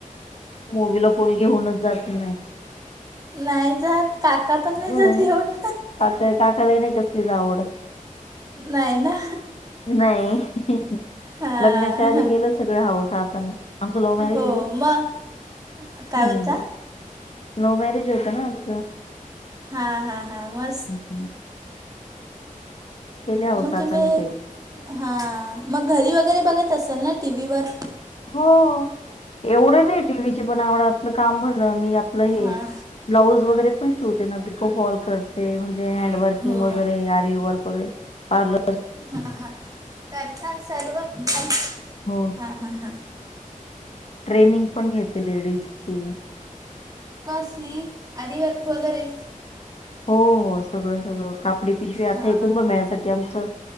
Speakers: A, on the left; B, on the right.
A: मुवीला कोणी घेऊनच जात नाही.
B: नाही जात. काका पण नाही
A: हम्‌.
B: जात घेऊन
A: काका काकाला नाही कसलीच आवड.
B: नाही ना
A: नाही.
B: हां
A: लग्नांच्या आधी गेलं सगळ हाऊस, आता नाही आमचं लव्ह मॅरेज
B: हो
A: आहे ना.
B: मग काय
A: हम्म
B: बोलता?
A: लव्ह मॅरेज होतं ना आमचं.
B: हा हा हा.. मस्.
A: हम् हम्. हौस
B: मग
A: हाताने
B: तुम्ही,
A: काही
B: हां, मग घरी वगैरे बघत असल ना, टीव्ही वर.
A: हो, एवढं नाही टीव्हीचे पण आवड, आपलं काम भलं मी आपलं हे,
B: हां
A: ब्लाऊज वगैरे पण शिवते ना, पिकोफॉल कर ते म्हणजे, हॅडवर्किंग
B: हो
A: वगैरे, आरी वर्क वगैरे पार्लर,
B: हा हा, करता सर्व हा
A: हो
B: हा हा..
A: ट्रेनिंग पण घेते, लेडीज ची.
B: कसली आरी वर्क वगैरे,
A: हो हो, सगळं सगळं कापडी पिशवी आता,
B: हां
A: एक कुंभ मेळ्यासाठी आमचं.